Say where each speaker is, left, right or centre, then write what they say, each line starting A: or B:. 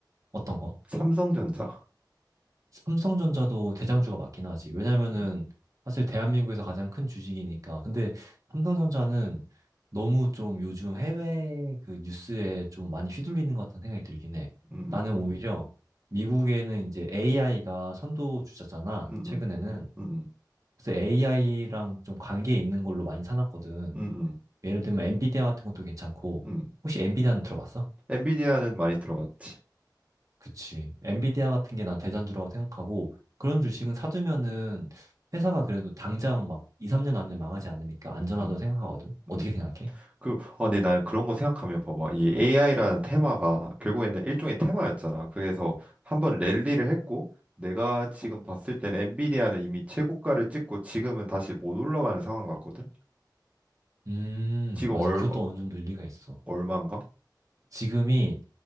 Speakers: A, on the right; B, on the right.
A: 어떤 거?
B: 삼성전자.
A: 삼성전자도 대장주가 맞긴 하지. 왜냐면은
B: 음.
A: 사실 대한민국에서 가장 큰 주식이니까. 근데 삼성전자는 너무 좀 요즘 해외 그 뉴스에 좀 많이 휘둘리는 것 같다는 생각이 들긴 해.
B: 음.
A: 나는 오히려 미국에는 이제 AI가 선도 주자잖아,
B: 음,
A: 최근에는.
B: 음, 음,
A: 그래서 AI랑 좀 관계 있는 걸로 많이 사놨거든.
B: 음, 음,
A: 예를 들면 엔비디아 같은 것도 괜찮고.
B: 음. 음.
A: 혹시 엔비디아는 들어봤어?
B: 엔비디아는 많이 들어갔지.
A: 그치. 엔비디아 같은 게 난 대장주라고 생각하고 그런 주식은 사두면은 회사가 그래도 당장 막 2, 3년 안에 망하지 않으니까 안전하다고
B: 음,
A: 생각하거든. 어떻게
B: 음.
A: 생각해?
B: 그, 어, 근데 난 그런 거 생각하면 봐봐. 이 AI라는 테마가 결국에는 일종의 테마였잖아. 그래서 한번 랠리를 했고, 내가 지금 봤을 때는 엔비디아는 이미 최고가를 찍고 지금은 다시 못 올라가는 상황 같거든.
A: 음,
B: 지금
A: 맞아.
B: 얼,
A: 그것도
B: 어,
A: 어느 정도 일리가 있어.
B: 얼마인가?
A: 지금이